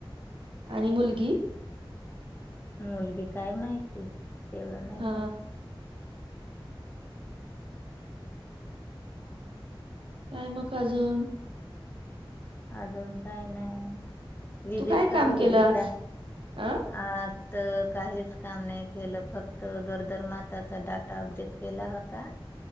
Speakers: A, on the right; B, on the left.
A: आणि मुलगी
B: मुलगी काय माहिती तेवढं नाही
A: हा
B: माहिती
A: काय मग अजून?
B: अजून काही नाही विजिट
A: तू काय
B: कधी
A: काम केलं
B: आहे गीता
A: आज
B: आ
A: अ
B: आज तर काहीच काम नाही केलं फक्त गरदरमाताचा डाटा अबडेट केला होता